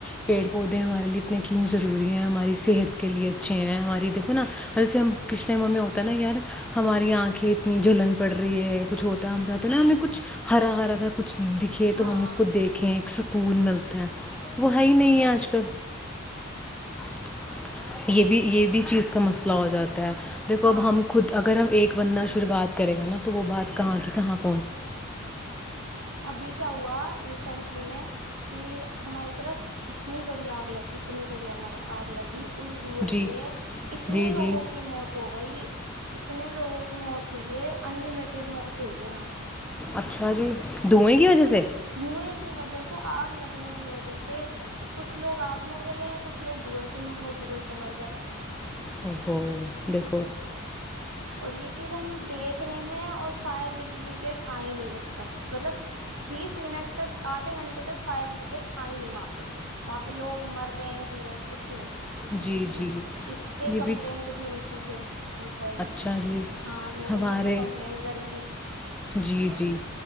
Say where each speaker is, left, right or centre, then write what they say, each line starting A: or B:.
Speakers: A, in the centre; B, on the right.
A: پیڑ پ پودے ہمارے لیے اتنے کیوں ضروری ہیں ہماری صحت کے لیے اچھے ہیں ہماری دھو ناسے ہم کس ٹائم ہمیں ہوتا ہے نا یار ہماری آنکھیں اتنی جلن پڑ رہی ہے کچھ ہوتا ہے ہم چاہتے ہیں نا ہمیں کچھ ہرا ہرا سا کچھ دکھے
B: ہاں
A: تو ہم اس کو دیکھیں ایک سکون ملتا وہ ہے ہی نہیں ہے آج کل تو یہ بھی یہ بھی چیز کا مسئلہ ہو جاتا ہے دیکھو
B: ہاں
A: اب ہم خود اگر ہم ایک بننا شروعات کرے گا نا تو وہ بات کہاں کی کہاں پر
B: ابھی کیا ہوا ریسینٹلی میں کہ ہماری طرف اتنی بڑی آگ لگی اتنی بڑی آگ لگی اس دھوئیں
A: جی
B: سے اتنے
A: جی
B: لوگوں
A: جی
B: کی موت ہو گئی اتنے لوگوں کی موت ہوئی ہے ان لمیٹیڈ موت ہوئی ہے یہاں پر
A: اچھا جی دھوئیں
B: جی
A: کی وجہ سے
B: دھوئیں کی وجہ سے آگ لگنے کی وجہ سے کچھ لوگ آگ میں جلے ہیں کچھ لوگ دھو سے دھوئیں سے مر گئے
A: او ہو دیکھو
B: اور یہ چیز ہم دیکھ رہے ہیں اور فائر بگیڈ آئی نہیں جب تک مطلب بیس منٹ تک آدھے گھنٹے تک فائر بریگیڈ آئی نہیں وہاں پہ وہاں پہ لوگ مر رہے ہیں جی رہے ہیں کچھ نہیں
A: جی جی
B: اس پہ
A: یہ
B: کمپلینٹ
A: بھی
B: بھی ہوئی تھی پھر ایک باری
A: اچھا جی
B: ہاں لوگوں
A: ہمارے
B: نے مطلب کمپلینٹ کری تھی
A: جی جی